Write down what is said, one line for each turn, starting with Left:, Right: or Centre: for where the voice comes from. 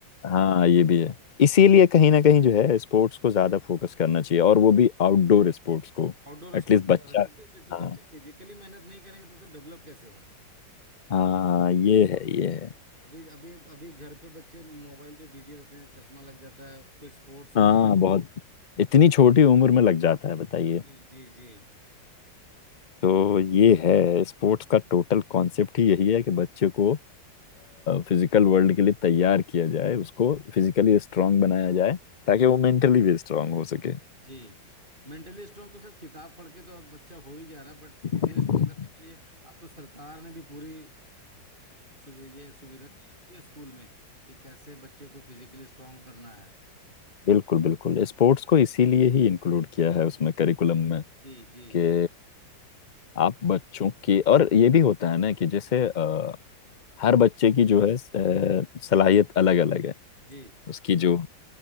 Left: हाँ ये भी है इसीलिए कहीं ना कहीं जो है स्पोर्ट्स को ज्यादा फोकस करना चाहिए और वो भी आउटडोर स्पोर्ट्स को
Right: आउटडोर
Left: एटलीस्ट
Right: स्पोर्ट्स
Left: बच्चा
Right: जब तक बच्चे
Left: हाँ
Right: बच्चे फिजिकली मेहनत नहीं करेंगे तो तो डेवलप कैसे होंगे
Left: हाँ ये
Right: देखो
Left: है ये है
Right: अभी अभी अभी घर पे बच्चे मोबाइल पे बिजी रहते हैं चश्मा लग जाता है कोई स्पोर्ट्स
Left: हाँ
Right: नहीं
Left: बहुत इतनी छोटी उम्र में लग जाता है बताइए
Right: जी जी जी
Left: तो ये है स्पोर्ट्स का टोटल कॉन्सेप्ट ही यही है कि बच्चे को फिजिकल वर्ल्ड के लिए तैयार किया जाए उसको फिजिकली स्ट्रांग बनाया जाए ताकि वो मेंटली भी स्ट्रांग हो सके
Right: जी मेंटली स्ट्रांग तो सर किताब पढ़ के तो अब बच्चा हो ही जा रहा है बट फिजिकली
Left: हम्म
Right: स्ट्रांग करने के लिए अब तो सरकार ने भी पूरी सुवि, ये सुविधा दे रखी है स्कूल में कि कैसे बच्चे को फिजिकली स्ट्रांग करना है
Left: बिल्कुल बिल्कुल स्पोर्ट्स को इसीलिए ही इंक्लूड किया है उसमें करिकुलम में
Right: जी जी
Left: कि
Right: जी
Left: आप बच्चों के और ये भी होता है ना कि जैसे अ, हर बच्चे की जो है अ, सलाहियत अलग अलग है
Right: जी
Left: उसकी जो